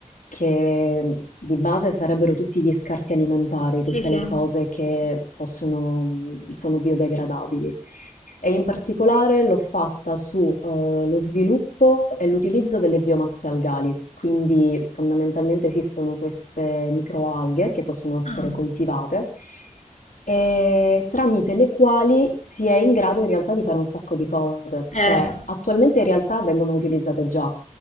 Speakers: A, on the left; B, on the left.
A: che mhmm, di base sarebbero tutti gli scarti alimentari,
B: sì,
A: tutte
B: sì.
A: le cose che possono, mhmm, sono biodegradabili e in particolare l'ho fatta su eh, lo sviluppo e l'utilizzo delle biomasse algali. Quindi fondamentalmente esistono queste microalghe che possono essere
B: Ah.
A: coltivate e tramite le quali si è in grado in realtà di fare un sacco di cose.
B: Eh,
A: Cioè, attualmente in realtà vengono utilizzate già,